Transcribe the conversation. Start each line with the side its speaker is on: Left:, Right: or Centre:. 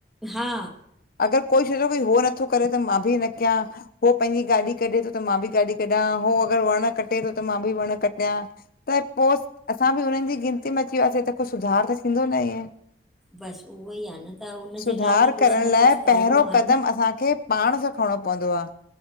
Centre: हा
Left: अॻरि कोई शल भई हो नथो करे त मां बि न कयां। हो पंहिंजी गाॾी कढे तो त मां बि गाॾी कढा, हो अॻरि वण कटे तो त मां बि वण कटियां। त पो असां बि हुननि जी गिनती में अची वियासीं त कुझु सुधार त थींदो न इएं।
Centre: बसि उहो ई आहे न त उनजे
Left: सुधार
Centre: लाइ त कुझु
Left: करण
Centre: न
Left: लाइ
Centre: कुझु करिणो
Left: पहिरो
Centre: आहे
Left: क़दम
Centre: न
Left: असांखे पाण सां खणणो पवंदो आ।